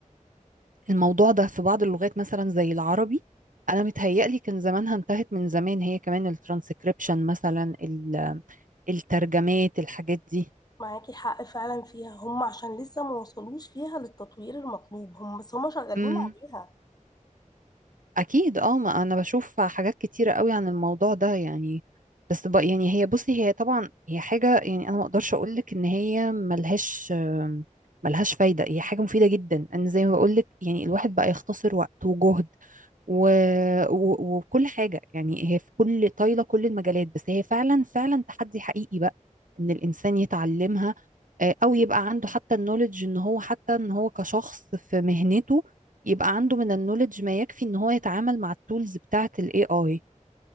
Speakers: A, on the right; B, on the left.
A: الموضوع ده في بعض اللغات مثلا زي العربي انا متهيألي كان زمانها انتهت من زمان هي كمان الترانسكريبشن مثلا ال- الترجمات الحاجات دي
B: معاكي حق فعلا فيها هم عشان لسه ما وصلوش فيها للتطوير المطلوب هم بس هم شغالين
A: امم
B: عليها
A: اكيد اه ما انا بشوف حاجات كتيره قوي عن الموضوع ده يعني بس بقى يعني هي بصي هي طبعا هي حاجه يعني انا ما اقدرش اقول لك ان هي ملهاش آم، ملهاش فايده هي حاجه مفيده جدا انا زي ما بقول لك يعني الواحد بقى يختصر وقت وجهد و... و... وكل حاجه يعني هي في كل طايله كل المجالات بس هي فعلا فعلا تحدي حقيقي بقى ان الانسان يتعلمها آه، او يبقى عنده حتى النولج ان هو حتى ان هو كشخص في مهنته يبقى عنده من النولج ما يكفي ان هو يتعامل مع التولز بتاعة الاي اي